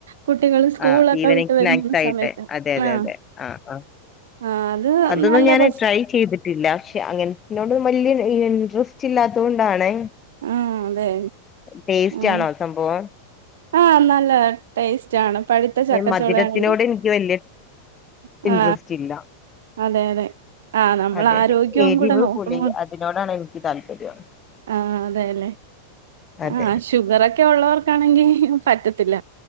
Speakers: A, on the right; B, on the left.
A: കുട്ടികള് സ്കൂളൊക്കെ
B: ആ ഈവനിങ്
A: വിട്ട്
B: സ്നാക്സ്
A: വരുന്ന
B: ആയിട്ടെ
A: സമയത്ത്
B: അതെ അതെ
A: ആഹ്
B: അതെ ആ ആ
A: ആഹ് അത്
B: അതൊന്നും
A: നല്ല
B: ഞാന്‌
A: റെസി
B: ട്രൈ ചെയ്തിട്ടില്ല പക്ഷെ അങ്ങനത്തിനോടും വല്യ ഇൻട്രസ്റ്റ് ഇല്ലാത്തത് കൊണ്ടാണേ
A: ആഹ് അതെ
B: ടേസ്റ്റ്
A: ആഹ്
B: ആണോ സംഭവം
A: ആഹ് നല്ല ടേസ്റ്റ് ആണ് പഴുത്ത ചക്കച്ചൊളാണെങ്കി
B: ഈ മധുരത്തിനോട് എനിക്ക് വലിയ
A: ആ
B: ഇൻട്രസ്റ്റ് ഇല്ല
A: അതെ അതെ ആ നമ്മളെ
B: അതെ
A: ആരോഗ്യവും
B: അതെ എരിവ്
A: കൂടെ നോക്കണോ
B: പുളി അതിനോടാണ് എനിക്ക് താല്പര്യം
A: ആ അതേലെ
B: അതെ
A: ആ ഷുഗറൊക്കെ ഒള്ളവർക്ക് പറ്റത്തില്ല